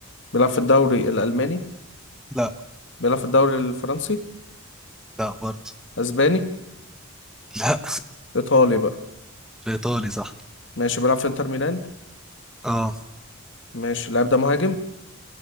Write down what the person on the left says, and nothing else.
بيلعب في الدوري الألماني
بيلعب في الدوري الفرنسي
أسباني
إيطالي بقى
ماشي بيلعب في إنتر ميلان
ماشي اللاعب ده مهاجم